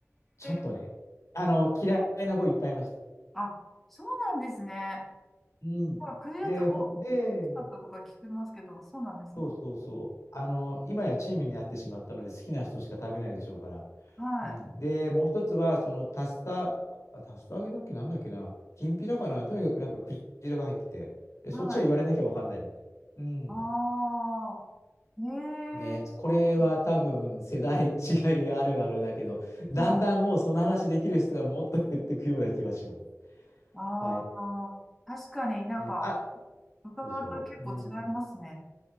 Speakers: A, on the left (about 65°); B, in the centre.
A: ちょっとね、
B: ー、
A: あの、嫌いな子いっぱいいました。
B: あ、そうなんですね。
A: うん。
B: まあ、クジラって、
A: で、
B: お、
A: ほ、
B: 大
A: で、
B: きかったとか聞きますけど、そうなんですね。
A: そうそうそう。あの、今やチームになってしまったので、好きな人しか食べないでしょうから。
B: はい。
A: うん。で、もう一つは、その、タスタ、あタスタ揚げだっけ、なんだっけな、きんぴらかな、とにかくなんかクジラが入ってて、で、
B: はい。
A: そっちは言われなきゃわかんないみたいな。うん。
B: ああ、え
A: ね、
B: えそうですね。
A: これは多分世代違いあるあるだけど、だんだんもうその話できる人がもっと減っていくような気はします。
B: はい。ああ、
A: はい。
B: 確かになんか、
A: ね、あ、そ
B: 伺うと結構違いますね。
A: うでしょう。うん。